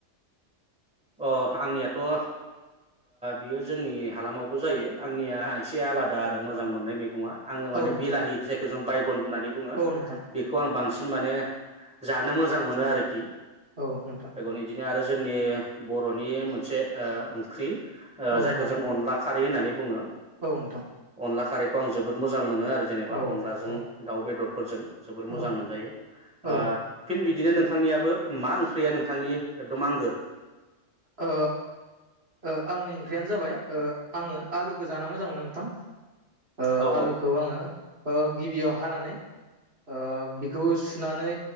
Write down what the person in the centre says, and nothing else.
अ आंनियाथ' ओ बियो जोंनि हालामावबो जायो आंनिया एसे आलादा आरो मोजां मोननाय मैगं। नङा आङो मान
बिलाहि जायखौ जों बायक गुन होननानै बुङो
बेखौ आं बांसिन। माने जानो मोजां मोनो आरोखि।
बेगन इदिनो आरो नि बर'नि मोनसे ओ ओंख्रि ओ
जायखौ जों अनला खारै होननानै बुङो
<unintelligible> खारैखौ आं जोबोद मोजां मोनो। नोआरो जेनेबा
अनलाजों
दाउ बेदर फोरजों जोबोर मोजां
मोनजायो आ
फिन बिदि बिदिनो नोंथांनियाबो मा ओंख्रिया नोंथांनि एकदोम आंगो?
औ